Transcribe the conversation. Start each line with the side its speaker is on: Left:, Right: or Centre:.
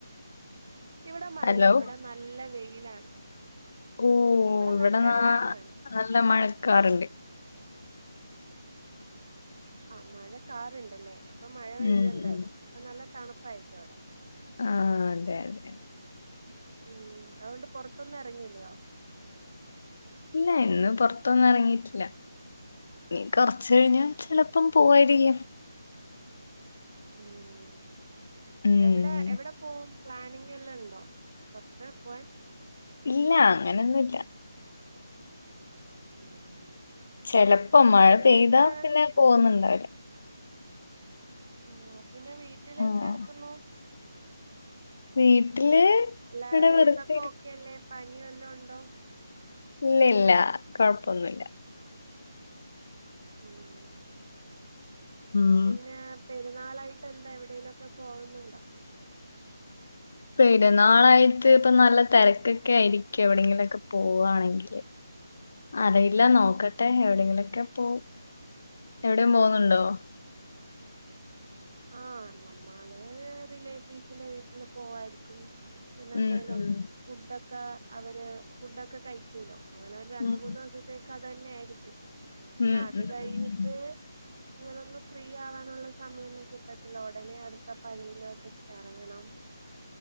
Right: ഇവിടെ മഴയില്ല
Left: ഹലോ
Right: ഇവിടെ നല്ല വെയിലാണ്
Left: ഓഹ്
Right: ഇവിടെ നല്ല
Left: നാ
Right: വെയിലാണ്
Left: നല്ല മഴക്കാറുണ്ട്
Right: ആ മഴ കാറുണ്ടല്ലേ അപ്പൊ മഴ പെയ്യ
Left: ഉം
Right: എന്തായാലും
Left: ഉം
Right: അപ്പൊ നല്ല തണുപ്പായിരിക്കും അവിടെ
Left: ആ അതെ അതെ അതെ
Right: ഉം അതുകൊണ്ട് പുറത്തൊന്നും ഇറങ്ങിയല്ലയോ
Left: ഇല്ല ഇന്ന് പൊറത്തൊന്നും ഇറങ്ങിയിട്ടില്ല ഇനീ കൊറച്ച് കഴിഞ്ഞാൽ ചിലപ്പം പോവായിരിക്കും
Right: ഉം
Left: ഉം
Right: എവിടെ എവിടെ പോവും പ്ലാനിങ് എല്ലാം ഉണ്ടോ പുറത്ത് പോവാൻ
Left: ഇല്ല അങ്ങനെയൊന്നുല്ല
Right: ഉം
Left: ചെലപ്പോ മഴ
Right: പിന്നെ
Left: പെയ്താ
Right: എന്താണ്
Left: പിന്നെ പോകുന്നുണ്ടാവില്ല
Right: ആഹ് പിന്നെ വീട്ടില്
Left: ആഹ്
Right: എന്ത ടുക്കുന്നു
Left: വീട്ടില്
Right: അല്ല
Left: ഇവിടെ
Right: ഹെൽത്തൊക്കെ
Left: വെറുതെ ഇരി
Right: ഓക്കെ അല്ലേ പനിവല്ലൊ ഉണ്ടോ
Left: ഇല്ല ഇല്ല കൊഴപ്പൊന്നുല്ല
Right: ഉംഹ്
Left: ഉം
Right: പിന്നെ പെരുന്നാളായിട്ട് എന്താ എവിടെേലുംക്കെ പോകുന്നുണ്ടോ
Left: പെരുന്നാളായിട്ട് ഇപ്പൊ നല്ല തിരക്കൊക്കെ ആയിരിക്കും എവിടെെങ്കിലുംക്കെ പോവായാണെങ്കില് അറിയില്ല
Right: ഉം
Left: നോക്കട്ടെ എവിടെയെങ്കിലൊക്കെ പോവും എവിടെ പോകുന്നുണ്ടോ
Right: ആഹ് നമ്മള് റിലേറ്റീവ്സിന്റെ വീട്ടില് പോവായിരിക്കും പിന്നെന്തെലും
Left: ഉം ഉം
Right: ഫുഡൊക്കെ അവര് ഫുഡൊക്കെ കഴിക്കൂലോ അങ്ങനെ ഒരു രണ്ട
Left: ഉം
Right: മൂന്ന് ദിവസത്തേക്ക് അത് തന്നെ ആയിരിക്കും പിന്നെ
Left: ഉം
Right: അത്
Left: ഉം
Right: കഴിഞ്ഞിട്ട്
Left: ഉം
Right: ഇങ്ങളൊന്ന് ഫ്രീ ആവാനുള്ള സമയ കിട്ടത്തില്ല. ഒടനെ അടുത്ത പണിയിലോട്ട് എറങ്ങണം.